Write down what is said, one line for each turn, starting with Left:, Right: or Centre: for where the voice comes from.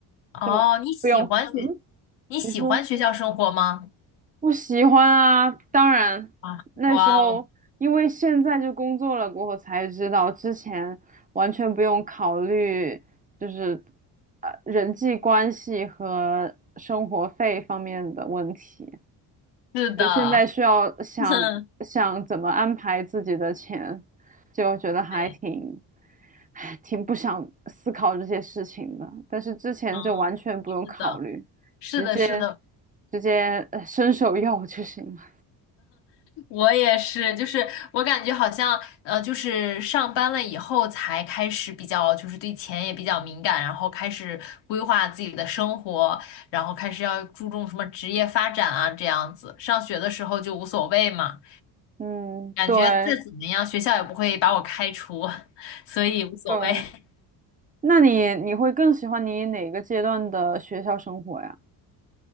Left: 哦，
Right: 就不用。
Left: 你喜欢学，
Right: 嗯，
Left: 你喜欢学校生活吗？
Right: 你说。不喜欢啊，当然那时候因为现在就工作了过后才知道，
Left: 啊，哇哦，
Right: 之前完全不用考虑就是呃人际关系和生活费方面的问题。
Left: 是的，
Right: 就现在需要想想怎么安排自己的钱，
Left: <laughs>
Right: 就觉得还挺，
Left: 对，
Right: 唉，挺不想思考这些事情的。但是之前就完全不用考虑，
Left: 嗯，是的，是的，
Right: 直接
Left: 是的，
Right: 直接呃伸手要就行了。
Left: 我也是，就是我感觉好像，呃，就是上班了以后才开始比较，就是对钱也比较敏感，然后开始规划自己的生活，然后开始要注重什么职业发展啊，这样子。上学的时候就无所谓嘛，
Right: 嗯，
Left: 感觉再怎么样，
Right: 对
Left: 学校也不会把我开除，<laughs> 所以无所谓。
Right: 对。
Left: <laughs>
Right: 那你你会更喜欢你哪个阶段的学校生活呀？